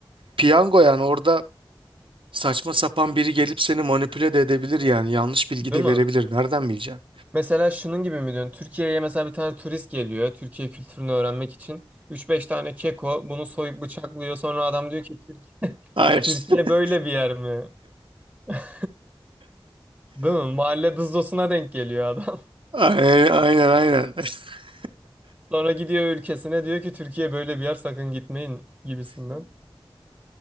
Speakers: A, on the right; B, on the right.
A: piyango yani orada saçma sapan biri gelip seni manipüle de edebilir yani yanlış bilgi
B: Değil
A: de
B: mi?
A: verebilir. Nereden bileceksin?
B: Mesela şunun gibi mi diyorsun? Türkiye'ye mesela bir tane turist geliyor. Türkiye kültürünü öğrenmek için. üç beş tane keko bunu soyup bıçaklıyor. Sonra adam diyor ki Türk <laughs>
A: Aynen.
B: Türkiye
A: <laughs>
B: böyle bir yer mi? <laughs> Değil mi? Mahalle dızdosuna denk geliyor adam.
A: Aynen aynen. aynen. <laughs>
B: <laughs> Sonra gidiyor ülkesine diyor ki Türkiye böyle bir yer sakın gitmeyin gibisinden.